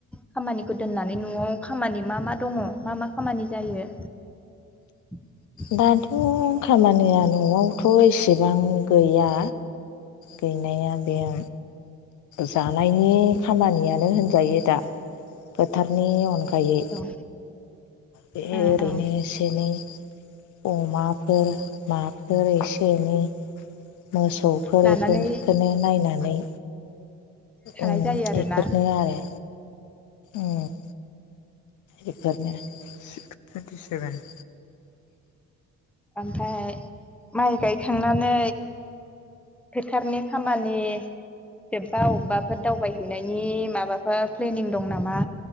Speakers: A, in the centre; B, on the left.
A: खामानिखौ दोननानै न'आव खामानि मा मा दङ मा मा खामानि जायो? <inaudible>
B: दाथ' खामानिया न'आवथ' एसेबां गैया। गैनाया गैया जानायनि खामानिया नो होनजायो दा फोथारनि अनगायै।
A: औ
B: बे
A: ओं
B: ओरैनो
A: ओं
B: एसे एनै अमाफोर माफोर एसे एनै मोसौफोर
A: लानानै
B: एफोरखोनो नायनानै
A: थानाय
B: उम
A: जायो आरोना
B: एफोरनो आरो उम। बेफोरनो थुइन्टि सेभेन।
A: आमफ्राय माइ गायखांनानै फोथारनि खामानि जोबबा अबबाफोर दावबायहैनायनि माबाफोर प्लेनिं दं नामा?